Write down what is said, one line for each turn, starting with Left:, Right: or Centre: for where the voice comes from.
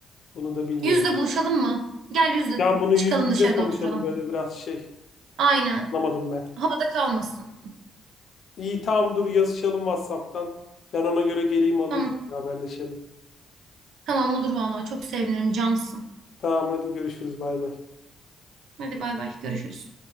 Left: Bunu da bilmiyorum.
Right: Yüzde buluşalım mı? Gel yüzde
Left: Yani bunu
Right: çıkalım
Left: yüz yüze
Right: dışarıda
Left: konuşalım
Right: oturalım.
Left: böyle biraz şey
Right: Aynen.
Left: anlamadım ben.
Right: Havada kalmasın.
Left: İyi tamam dur yazışalım WhatsApp'tan. Ben ona göre geleyim alayım
Right: Tamam.
Left: haberleşelim.
Right: Tamam olur vallahi çok sevinirim cansın.
Left: Tamam hadi görüşürüz bay bay.
Right: Hadi bay bay görüşürüz.